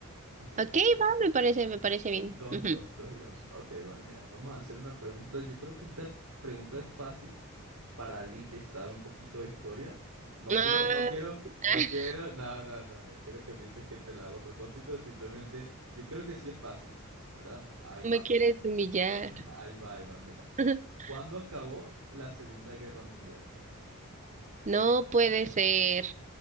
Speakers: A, on the right (about 80°); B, on the right (about 35°).
A: Así.
B: Ok, va, me parece, me parece bien.
A: Dos
B: Ujú.
A: y dos, dos y dos. Ok, bueno, mira, vamos a hacer una pregunta. Yo creo que esta pregunta es fácil para alguien que sabe un poquito de historia. No
B: Ah,
A: quiero, no quiero,
B: <laughs>
A: no quiero, no, no, no, no quiero que pienses que te lo hago a propósito. Simplemente, yo creo que sí es fácil, ¿verdad? Ahí
B: me
A: va,
B: quieres humillar.
A: <laughs> ahí va, ahí va, mira.
B: <laughs>
A: ¿Cuándo acabó la Segunda Guerra Mundial?
B: No puede ser.